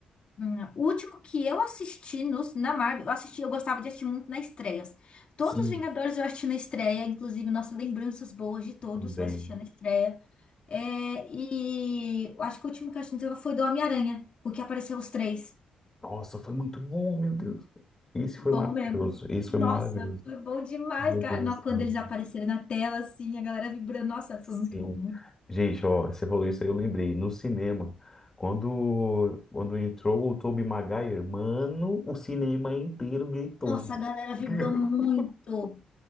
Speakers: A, on the left; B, on the left.
A: Não. O último que eu assisti nos na Marvel, eu assisti, eu gostava de assistir muito nas estreias. Todos
B: Sim,
A: os Vingadores eu assisti na estreia, inclusive, nossa, lembranças boas de todos,
B: também.
A: eu assistia na estreia. É, e eu acho que o último que eu assisti foi do Homem-Aranha, o que apareceu os três.
B: Nossa, foi muito bom, meu Deus. Isso
A: Bom
B: foi maravilhoso.
A: mesmo.
B: Isso
A: Nossa,
B: foi maravilhoso.
A: foi bom demais,
B: Meu
A: cara.
B: Deus
A: Não, Quando
B: do céu.
A: eles apareceram na tela, assim, a galera vibrando. Nossa, foi
B: Sim.
A: muito bom, muito.
B: Gente, ó, você falou isso aí, eu lembrei. No cinema, quando, quando entrou o Tobey Maguire, mano, o cinema inteiro gritou.
A: Nossa, a galera vibrou
B: <laughs>
A: muito.